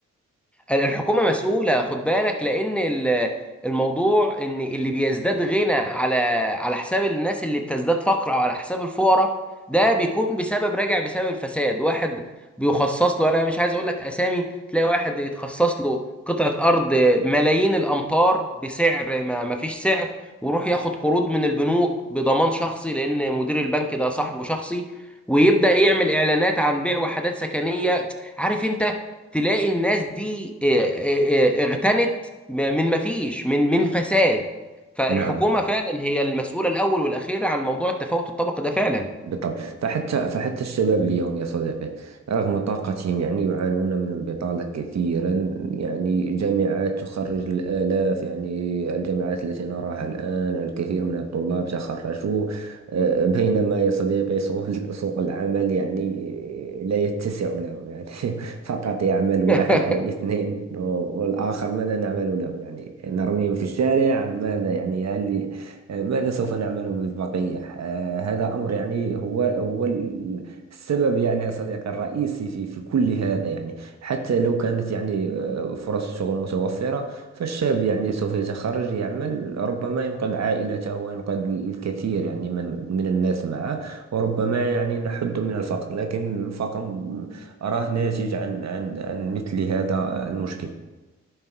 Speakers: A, in the centre; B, on the right.
A: الحكومة مسؤولة خد بالك لأن ال- الموضوع إن اللي بيزداد غنى على على حساب الناس اللي بتزداد فقر أو على حساب الفقراء ده بيكون بسبب راجع بسبب الفساد واحد بيخصص له أنا مش عايز أقول لك أسامي تلاقي واحد يتخصص له قطعة أرض ملايين الأمتار بسعر ما ما فيش سعر ويروح ياخد قروض من البنوك بضمان شخصي لأن مدير البنك ده صاحبه شخصي ويبدأ يعمل إعلانات عن بيع وحدات سكنية عارف انت تلاقي الناس دي آه، آه، آه، اغتنت م- من ما فيش من من فساد فالحكومة
B: نعم
A: فعلا هي المسؤولة الأول والأخيرة عن موضوع التفاوت الطبقي ده فعلا
B: بالطبع فحتى فحتى الشباب اليوم يا صديقي رغم طاقتهم يعني يعانون من البطالة كثيرا يعني جامعات تخرج الآلاف يعني الجامعات التي نراها الآن الكثير من الطلاب تخرجوا آه، بينما يا صديقي سوق <laughs> سوق العمل يعني لا يتسع لهم يعني <laughs> فقط يعمل واحد
A: <laughs>
B: أو اثنين والآخر ماذا نعمل لهم يعني نرميهم في الشارع أم ماذا يعني هل آه، ماذا سوف نعمل بالبقية؟ آه، هذا أمر يعني هو هو ال- السبب يعني يا صديقي الرئيسي في في كل هذا يعني حتى لو كانت يعني آه، فرص شغل متوفرة فالشاب يعني سوف يتخرج يعمل ربما ينقذ عائلته وينقذ الكثير يعني من من الناس معه وربما يعني نحد من الفقر لكن الفقر م- أراه ناتج عن عن عن مثل هذا المشكل